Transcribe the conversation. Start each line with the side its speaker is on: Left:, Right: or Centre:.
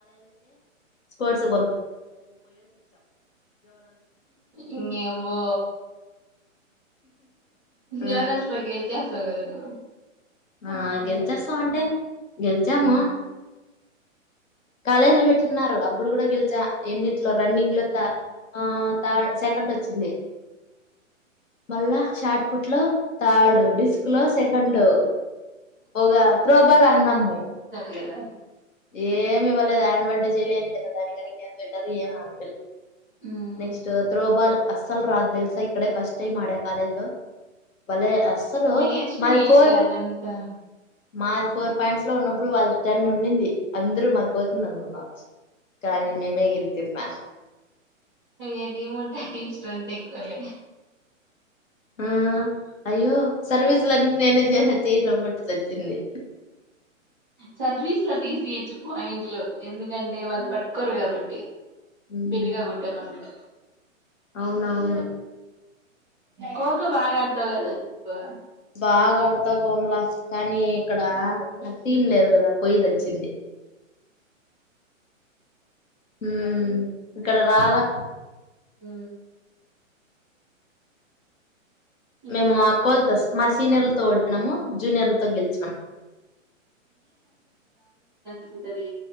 Left: స్పోర్ట
Centre: ఇం యబ్బో
Left: ఆ
Centre: జోనస్ లోగే ఎల్తే ద గదా ను
Left: ఆ గెలిచేస్తా అంటే గెల్చా మ
Centre: నువ్వు
Left: కాలేజీ లో పెట్టిన్నారు అప్పుడు కూడా గెలిచా ఎన్నిట్లో రన్నింగ్ లో త ఆ థర్ సెకండ్ వచ్చింది మళ్ళా షార్ట్ పుట్ లో థర్డ్ డిస్క్ లో సెకండు ఒక త్రోబాల్ అన్నాము
Centre: గదా
Left: ఏమి ఇవ్వలే దాని వడ్డే జయలేం ఎంజేయాలే దానికి గని ఇంకేం స్వెటర్ ఏం ఆపిల్ల
Centre: మ్
Left: నెక్స్టు త్రోబాల్ అస్సలు రాదు తెలుసా ఇక్కడ ఫస్ట్ టైమ్ ఆడామ్ కాలేజ్ లో బలే అసలు
Centre: నేర్చుకునేయచ్చులే
Left: మాది ఫర్
Centre: అదంతా
Left: మాది ఫోర్ పాయింట్స్ లో ఉన్నప్పుడు వాళ్ళది టెన్ ఉండిది అందరూ అదిపోతుంద <unintelligible> అనుకున్నారు కాల మే మేగిల్ <unintelligible> చెప్పా
Centre: ఏ టీమ్ ఉంటా టీమ్స్ స్త్రెంత్ ఇక్వలీ
Left: ఆమ్ అయ్యో సర్వీస్ లన్ని నేనే జే చేయినోబట్టి తె చచ్చింది
Centre: సర్వీస్ లో డిసిహెచ్ పాయింట్లు ఎందుకంటె నేను వాళ్ళు పట్టుకోరు కాబట్టి
Left: ఉమ్,
Centre: బిరిగా కుట్టామనుకో
Left: అవునవును
Centre: కోక బాగా <unintelligible>
Left: బాగా ఆడతా కోమ్లా కానీ ఇక్కడ నాక్ సీన్ లేదు కదా పోయిసచ్చింది ఉమ్ ఇక్కడ రాలా
Centre: ఉమ్ ఇంగే
Left: మేము అక్కో ల్ తెస్ మా సీనియర్లతో ఓడి పోయినము జూనియర్లతో గెలిచినం
Centre: ఒంటరి